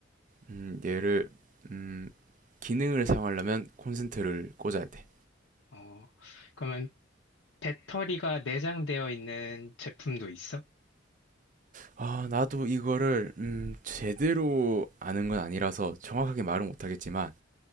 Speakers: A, on the right (about 40°); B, on the left (about 85°).
A: 음, 얘를, 음, 기능을 사용하려면 콘센트를 꽂아야 돼.
B: 어, 그러면 배터리가 내장되어 있는 제품도 있어?
A: 아, 나도 이거를 음, 제대로 아는 건 아니라서 정확하게 말은 못하겠지만